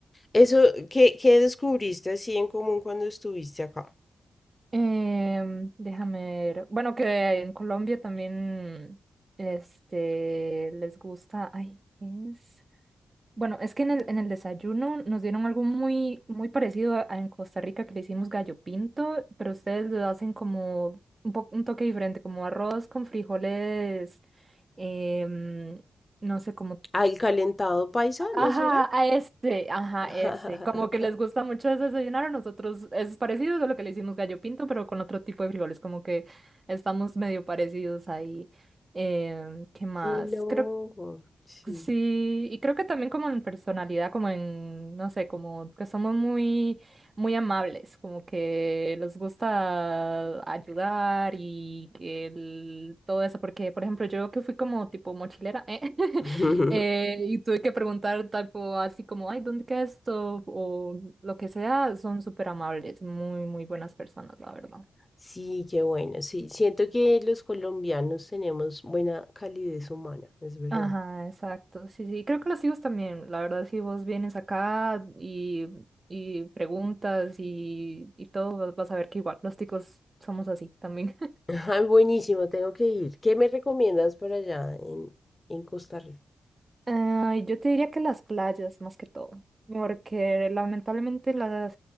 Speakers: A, on the left; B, on the right.
A: Eso, ¿qué, qué descubriste así en común cuando estuviste acá?
B: Em, déjame ver, bueno, que en Colombia también, este, les gusta, ay, ¿qué es? Bueno, es que en el, en el desayuno nos dieron algo muy, muy parecido a, a en Costa Rica que le hicimos gallo pinto, pero ustedes lo hacen como un, po- un toque diferente, como arroz con frijoles, em, no sé cómo.
A: Ah, el calentado paisa,
B: Ajá,
A: ¿no será?
B: a este, ajá,
A: <laughs>
B: este. Como que les gusta mucho ese desayunar a nosotros. Es parecido a lo que le hicimos gallo pinto, pero con otro tipo de frijoles, como que estamos medio parecidos ahí. Em, ¿qué más?
A: Qué loco,
B: Creo
A: sí.
B: Sí, y creo que también como en personalidad, como en, no sé, como que somos muy, muy amables, como que nos gusta ayudar y el- todo eso, porque por ejemplo yo que fui como tipo mochilera, ¿eh? <laughs>
A: <laughs>
B: Eh, y tuve que preguntar tipo así como, ay, ¿dónde queda esto? O lo que sea, son súper amables, muy, muy buenas personas, la verdad.
A: Sí, qué bueno, sí. Siento que los colombianos tenemos buena calidez humana, es verdad.
B: Ajá, exacto. Sí, sí. Creo que los hijos también. La verdad, si vos vienes acá y, y preguntas y, y todo, vas vas a ver que igual los ticos somos así también.
A: Ajá, buenísimo, tengo que ir. ¿Qué me recomiendas para allá en, en Costa Rica?
B: <laughs> Ay, yo te diría que las playas, más que todo. Porque lamentablemente la